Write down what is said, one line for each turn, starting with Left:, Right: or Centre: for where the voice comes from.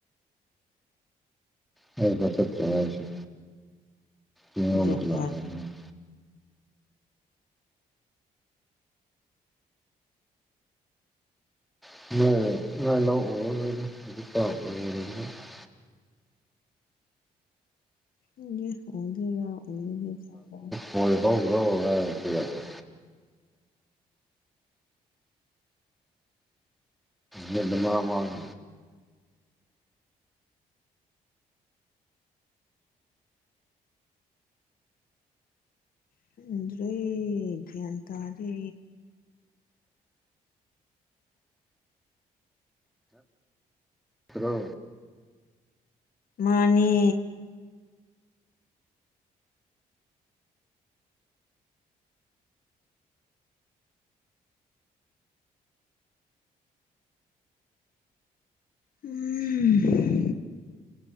Centre: ꯍ ꯐꯁꯤ <inaudible>
Left: ꯑꯗꯨꯕꯨ ꯍꯥꯏ
Centre: <inaudible>
Left: ꯢꯂꯤꯢ ꯑꯣꯏꯗꯨꯏꯔꯥ ꯑꯣꯏꯔꯣꯏꯗꯨꯏꯔꯥ
Centre: ꯃ ꯐꯥꯎ ꯀ꯭ꯔꯣ ꯀꯔꯦ <inaudible> ꯃꯤꯅꯥꯠ ꯃꯉꯥ ꯃꯉꯥ
Left: ꯈꯪꯗ꯭ꯔꯦ ꯒꯌꯥꯟ ꯇꯥꯗꯦ
Centre: ꯇꯔꯣ
Left: ꯃꯥꯅꯤ ꯎꯝ